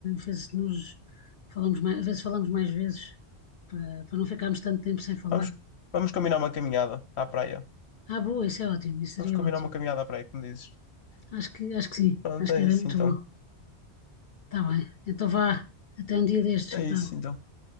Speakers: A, on the left (about 50°); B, on the left (about 75°).
A: vê se nos falamos mais, vê se falamos mais vezes para, para não ficarmos tanto tempo sem falar.
B: Vamos, vamos combinar uma caminhada à praia.
A: Ah, boa, isso é ótimo, isso seria
B: Vamos combinar
A: ótimo.
B: uma caminhada à praia, como dizes.
A: Acho que, acho que sim,
B: Pronto,
A: acho que
B: é
A: era
B: isso
A: muito
B: então.
A: bom. Está bem. Então vá, até um dia destes,
B: É
A: então.
B: isso então.